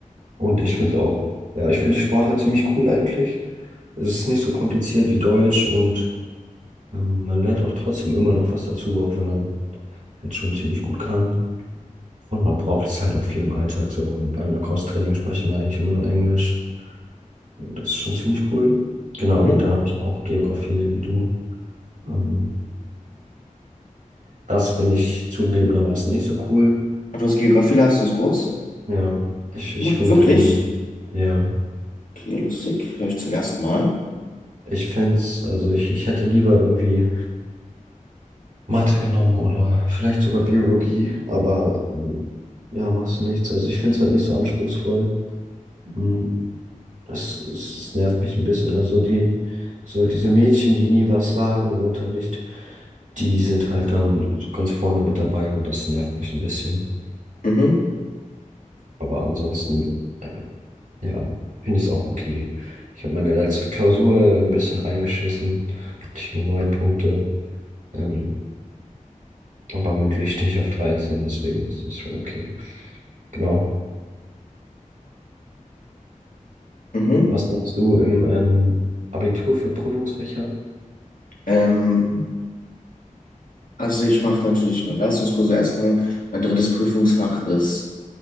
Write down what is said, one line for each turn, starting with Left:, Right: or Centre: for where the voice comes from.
Right: Und ich finde es auch, ja, ich finde die Sprache ziemlich cool eigentlich. Es ist nicht so kompliziert wie Deutsch und ähm, man lernt auch trotzdem immer noch was dazu, auch wenn man halt schon ziemlich gut kann. Und man braucht es halt auch viel im Alltag. So beim Lacrosse-Training sprechen wir eigentlich immer nur Englisch. Und das ist schon ziemlich cool. Genau,
Left: Mhm.
Right: und dann habe ich auch Geografie, so wie du. Ähm, das finde ich zugegebenermaßen nicht so cool.
Left: Du hast Geografie-Leistungskurs?
Right: Ja, ich, ich
Left: Ma-
Right: finde,
Left: Wirklich?
Right: ähm, ja,
Left: Okay, lustig. Hör ich zum ersten Mal.
Right: ich fände es, also ich, ich hätte lieber irgendwie. Mathe genommen oder vielleicht sogar Biologie, aber ähm, ja, machst du nichts. Also ich finde es halt nicht so anspruchsvoll. Mm, Es, es, es nervt mich ein bisschen. Also die, so diese Mädchen, die nie was sagen im Unterricht, die sind halt dann so ganz vorne mit dabei und das nervt mich ein bisschen.
Left: Mhm.
Right: Aber ansonsten, äh, ja, finde ich es auch okay. Ich habe meine letzte Klausur ein bisschen reingeschissen, hatte ich nur neun Punkte, ähm, aber mündlich stehe ich auf 13. deswegen ist das schon okay. Genau.
Left: Mhm.
Right: Was machst du im ähm, Abitur für Prüfungsfächer?
Left: Ähm, Also ich mache natürlich meine Leistungskurse erstmal. Mein drittes Prüfungsfach ist